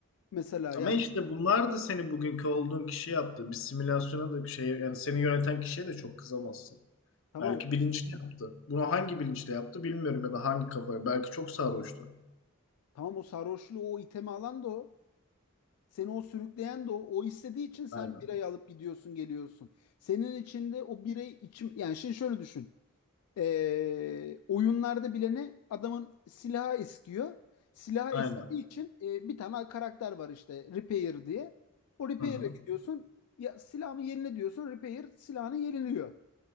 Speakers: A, on the left; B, on the left.
A: mesela yani
B: Ama işte bunlar da seni bugünkü olduğun kişi yaptı. Bir simülasyona da şey yani seni yöneten kişiye de çok kızamazsın.
A: tamam
B: Belki bilinçli yaptı. Bunu hangi bilinçle yaptı bilmiyorum ya da hangi kafaya. Belki çok sarhoştu.
A: tamam o sarhoşluğu o itemi alan da o. Seni o sürükleyen de o. O istediği için sen
B: Aynen.
A: birayı alıp gidiyorsun geliyorsun. Senin içinde o birey içim yani şey şöyle düşün. Ee, oyunlarda bile ne? Adamın silahı eskiyor. Silahı
B: Aynen.
A: eskidiği için e, bir tane karakter var işte Repair diye. O Repair'e
B: Hı hı.
A: gidiyorsun. Ya silahımı yenile diyorsun. Repair silahını yeniliyor.